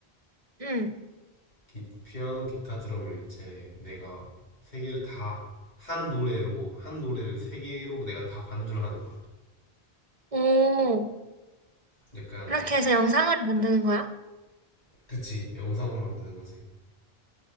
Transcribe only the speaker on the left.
기- 피아노, 기타, 드럼을 이제 내가 세 개를 다 한 노래로 한 노래를 세 개로 내가 다 반주를 하는 거야.
약간
그치 영상으로 만드는 거지.